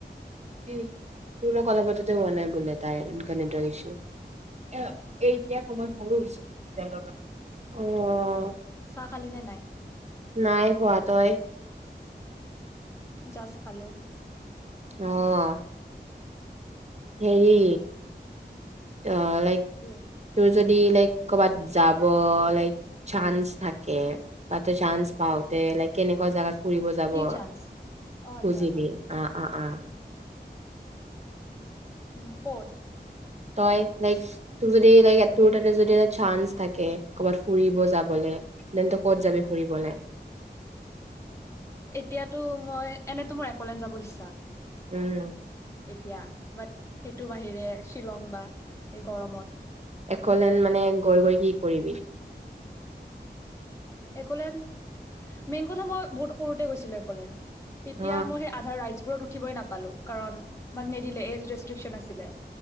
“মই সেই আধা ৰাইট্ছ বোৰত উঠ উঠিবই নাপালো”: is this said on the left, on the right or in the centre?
Left